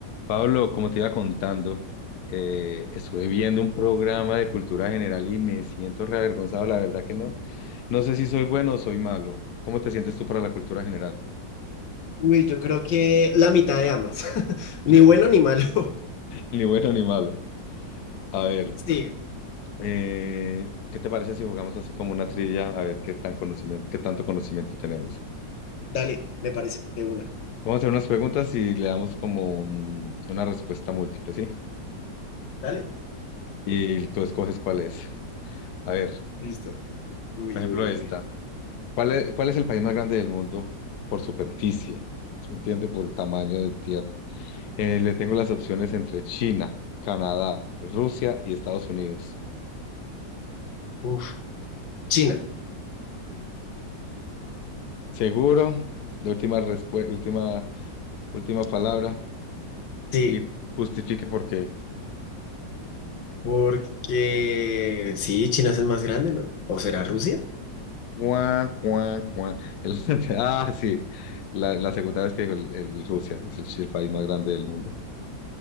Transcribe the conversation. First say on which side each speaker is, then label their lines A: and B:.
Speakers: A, on the left; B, on the left.
A: Pablo, como te iba contando, eh, estuve viendo un programa de cultura general y me siento reavergonzado, la verdad que no. No sé si soy bueno o soy malo. ¿Cómo te sientes tú para la cultura general?
B: Uy, yo creo que la mitad de ambas. <laughs> Ni
A: <laughs>
B: bueno ni malo. <laughs>
A: Ni bueno ni malo. A ver,
B: Sí,
A: eh, ¿qué te parece si jugamos así como una trivia? A ver qué tan conocimiento, qué tanto conocimiento tenemos.
B: dale, me parece, de una.
A: Vamos a hacer unas preguntas y le damos como un- una respuesta múltiple, ¿sí?
B: Dale.
A: Y tú escoges cuál es. A ver,
B: Listo. Uy,
A: por ejemplo,
B: uy,
A: esta.
B: uy.
A: ¿Cuál es, cuál es el país más grande del mundo por superficie? ¿Se me entiende? Por tamaño de tierra. Eh, le tengo las opciones entre China, Canadá, Rusia y Estados Unidos.
B: Uf, China.
A: Seguro, la última respue- última, última palabra
B: Sí,
A: y justifique por qué.
B: porque sí, China es el más grande, ¿no? ¿O será Rusia?
A: Guau, guau, guau. El- <laughs> ah, sí, la, la segunda vez que dijo el, el Rusia, es el, el país más grande del mundo.